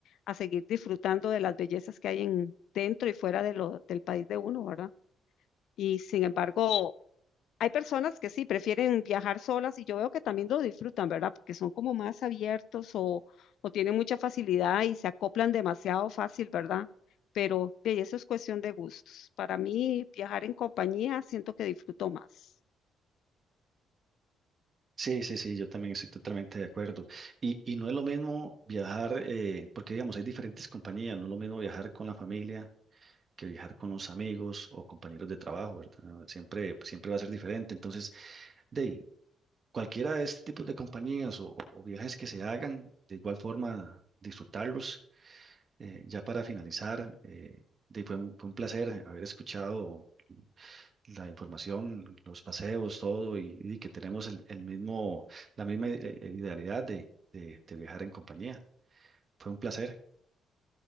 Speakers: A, on the left; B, on the right.
A: A seguir disfrutando de las bellezas que hay en, dentro y fuera de lo, del país de uno, ¿verdad? Y sin embargo, hay personas que sí prefieren viajar solas y yo veo que también lo disfrutan, ¿verdad? Porque son como más abiertos o, o tienen mucha facilidad y se acoplan demasiado fácil, ¿verdad? Pero de eso es cuestión de gustos. Para mí, viajar en compañía siento que disfruto más.
B: Sí, sí, sí, yo también estoy totalmente de acuerdo. Y, y no es lo mismo viajar, eh, porque digamos, hay diferentes compañías, no es lo mismo viajar con la familia que viajar con los amigos o compañeros de trabajo, ¿verdad? Siempre, siempre va a ser diferente. Entonces, de ahí, cualquiera de este tipo de compañías o, o viajes que se hagan, de igual forma disfrutarlos. Eh, ya para finalizar, eh, de- fue un, fue un placer haber escuchado la información, los paseos, todo, y, y que tenemos el, el mismo, la misma eh, eh, idealidad de, de de viajar en compañía. Fue un placer.